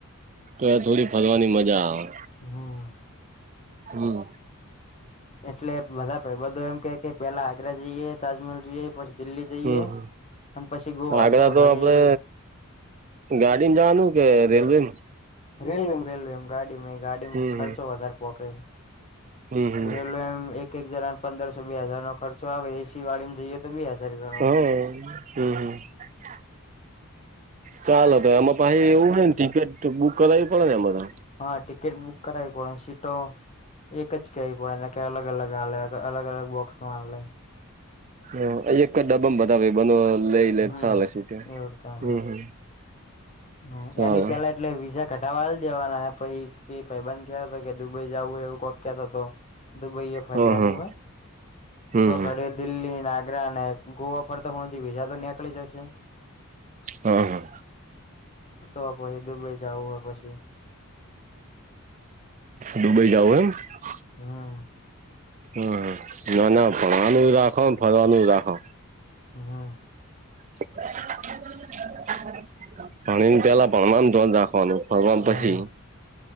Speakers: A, on the right; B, on the left.
A: તો થોડી ફરવાની મજા આવે.
B: હમ
A: હમ્મ.
B: એટલે બધા ભાઈ બધું એમ કે કે પેલા આગ્રા જઈએ તાજમહેલ જઈએ પછી દિલ્હી જઈએ
A: હમ
B: અને પછી ગોવા
A: આગળ
B: તો ઘડી
A: આપડે ગાડીને જવાનું કે રેલવે.
B: રેલવેમ રેલવે એમ ગાડી ન ગાડી
A: હમ
B: ખર્ચો વધારે પોકે.
A: હમ હમ હમ
B: રેલવેમ એક એક જણાને પંદરસો બે હજાર નો ખર્ચો આવે એસી વાળી જઈએ તો બે હજાર <unintelligible>
A: એ હમ્મ હામ. ચાલો તો એમાં પાહિ એવું હોયને ટિકિટ બુક કરાવવી પડે ને એમાં તો.
B: હા ટિકિટ બુક કરાવવી પડે સીટો એક જ કેવી પડે એને કે અલગ અલગ અવે અલગ અલગ બોક્સમાં અવે.
A: હ એક જ ડબામ બતાવે ભાઈ બનો લઈ લે
B: હમ
A: ચાલે સે કે
B: એવડતા
A: હમ હમ.
B: હા
A: ચાલે
B: એની પેલા એટલે વિઝા ઘટાવા દેવાના પાઇ એ ભાઈ બંધ કયા હતા કે દુબઈ જવું હોય એવું કોક કહેતા તો દુબઈ એ ફરી
A: હા
B: આવવું
A: હા
B: હોય.
A: હમ
B: તો
A: હમ
B: ઘડી દિલ્હી ને આગ્રા ને ગોવા ફરતા હું જ બીજા તો નીકળી જશે.
A: હા હા.
B: તો પાહિ દુબઈ જવું હોય પછી
A: દુબઈ જવું હોય <unintelligible>
B: હા.
A: હા ના ના ફરવાનું રાખો ફરવાનું રાખો.
B: હમ
A: <unintelligible> પાણી ની પેલા ભણવાનું ધ્યાન રાખવાનું. ફરવાનું
B: હા
A: પછી